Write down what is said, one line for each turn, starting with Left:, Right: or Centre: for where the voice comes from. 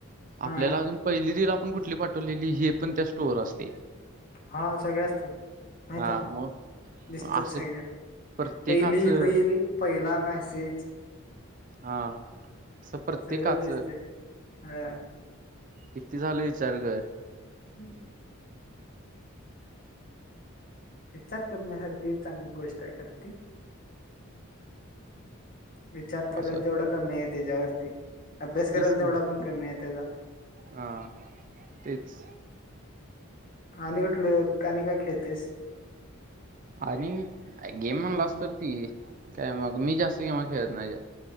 Right: आपल्याला
Left: हा
Right: अजून पहिली रिल आपण कुठली पाठवलेली हे पण त्यात स्टोअर असतय.
Left: हा सगळे असतात, माहती
Right: हा
Left: आहे मला.
Right: मग
Left: दिसत
Right: असं
Left: सगळ्या,
Right: प्रत्येकाचं
Left: पहिली रीली पहिला मेसेज.
Right: हा अस प्रत्येकाचं
Left: सगळं दिसते हा
Right: किती झालं विचार कर?
Left: हम्. विचार करण्यासारखी चांगली गोष्ट आहे खरं ती. विचार करायल
Right: असं
Left: तेवढा कमी आहे त्याच्यावरती अभ्यास कराल
Right: तेच की
Left: तेवढा पण कमी आहे त्याचा.
Right: हा, तेच.
Left: आणि कुठलं का आणि काय खेळतोयस?
Right: आणि गेम म्हणलास
Left: हम्म
Right: तर ती काय मग मी जास्त गेमा खेळत नाहीय,